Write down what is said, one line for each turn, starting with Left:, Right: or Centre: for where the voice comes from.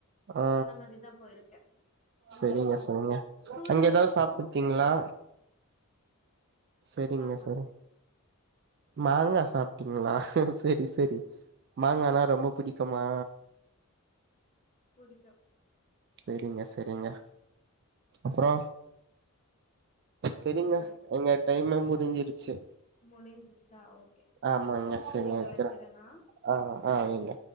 Right: ஆ
Left: அந்த மாரிதா போய்ருக்க நெறைய
Right: சரிங்க
Left: போவ
Right: சரிங்க
Left: ஸ்கூல்
Right: அங்க
Left: டேஸ்லியு
Right: ஏதாவது சாப்ட்டுருக்கீங்களா
Left: போவ
Right: சரிங்க
Left: சாப்
Right: சரி மாங்கா சாப்ட்டிங்களா சரி சரி சரி மாங்கானா ரொம்ப புடிக்குமா
Left: புடிக்கு
Right: சரிங்க சரிங்க அப்றோ சரிங்க
Left: சொல்லுங்க
Right: எங்க டைம்மே முடிஞ்சிருச்சு
Left: முடிஞ்சிச்சா ஓகே
Right: ஆமாங்க செரி
Left: சரிங்க
Right: வைக்கிறே
Left: வெக்கறண்ணா
Right: ஆ அ வைங்க